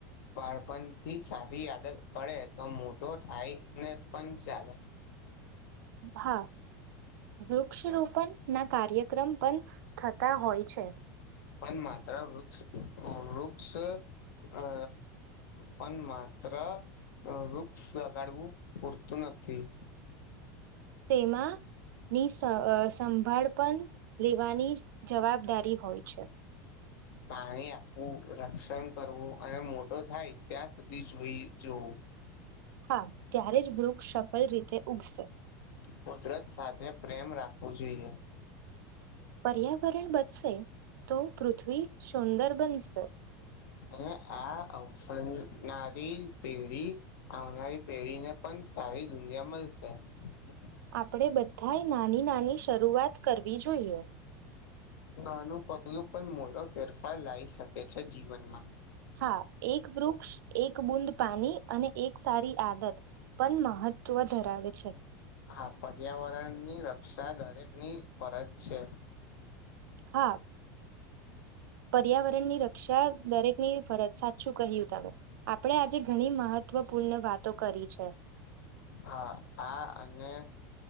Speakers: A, on the left; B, on the right.
A: બાળપણ થી સારી આદત પડે તો મોટો થાય ને પણ ચાલે
B: હા, વૃક્ષ રપ ના કાર્યક્રમ પણ થતા, હોય છે.
A: પણ માત્ર વૃક્ષ વૃક્ષ અ પણ માત્ર વૃક્ષ લગાડવું પૂરતું નથી.
B: તેેમાં ની સંભાળ પણ લેવાની જવાબદારી હોય છે. <inaudible>
A: પાણી આપવું રક્ષણ કરવું અને મોટો થાય, ત્યાં સુધી જોઈ જોવું
B: હા, ત્યારે જ વૃક્ષ સફળલ રીતે, ઉગશે
A: કુદરત સાથે, પ્રેમ રાખવું જોઈએ
B: પર્યાવરણ બચશે, તો પૃથ્વી સુંદર બનશે.
A: અને આ અવસરનારી પેઢી આવનારી પેઢીને પણ સારી દુનિયા માં <unintelligible>
B: આપડે બધા નાની નાની શરૂઆત, કરવી જોઈએ
A: આનું પગલું પણ મોડો ફેરફાર લાવ શકે છે, જીવનમા
B: હા એક વૃક્ષ, એક બૂદ પાણી અને એક સારી આદત પણ મહત્વ ધરાવે છે.
A: હા, પર્યાવરણની રક્ષા, દરેકની ફરજ છે.
B: હા પર્યાવરણની રક્ષા દરેકની ફરજ સાચુ કહ્યુ, ત આપડણે આજે ઘણી મહત્વ પૂર્ણ વાતો કરી છે.
A: હા, આ અને